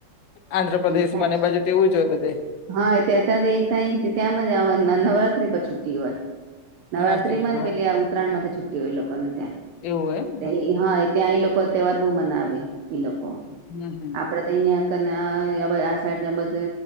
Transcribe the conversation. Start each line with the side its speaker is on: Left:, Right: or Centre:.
Left: આંધ્રપ્રદેશમાને
Right: સાચું
Left: એ બાજુ તે એવું જ હોય બધે.
Right: હા એ ત્યાં ત્યાં એક તય ત્યાં મજ આવા ન નવરાત્રી પર છુટી હોય. નવરાત્રીમાંને
Left: હા તે હા
Right: પેલી આ ઉત્તરાયણ માંથી છુટી હોય એ લોકોને ત્યાં.
Left: એવું હોય એમ
Right: તે હા એ ત્યાં એ લોકો તહેવાર બહુ મનાવે. એ લોકો
Left: હમ હમ.
Right: આપડે ત ઈયા કન આ સાઈટે બધે